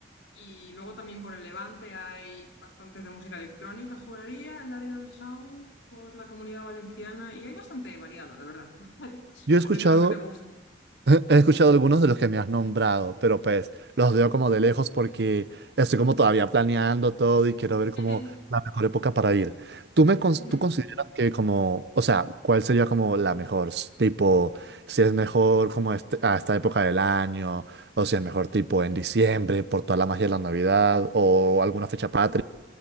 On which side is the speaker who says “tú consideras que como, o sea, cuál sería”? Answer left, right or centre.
Right